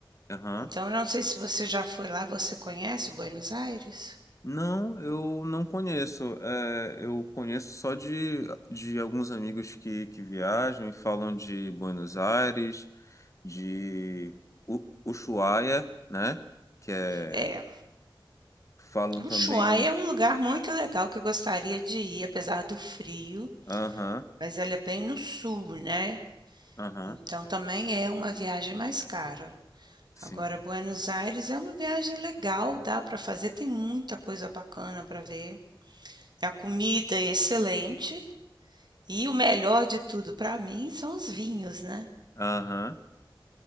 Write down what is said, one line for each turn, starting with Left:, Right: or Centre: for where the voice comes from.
Left: aham.
Right: Então eu não sei se você já foi lá, você conhece Buenos Aires?
Left: Não, eu não conheço. É, eu conheço só de, de alguns amigos que, que viajam e falam de Buenos Aires, de U- Ushuaia, né? Que é,
Right: É,
Left: falam também.
Right: Ushuaia é um lugar muito legal que eu gostaria de ir, apesar do frio,
Left: Aham,
Right: mas ele é bem no sul, né,
Left: aham,
Right: então também é uma viagem mais cara.
Left: sim.
Right: Agora Buenos Aires é uma viagem legal, dá para fazer, tem muita coisa bacana para ver. A comida é excelente E o melhor de tudo para mim são os vinhos, né.
Left: Aham,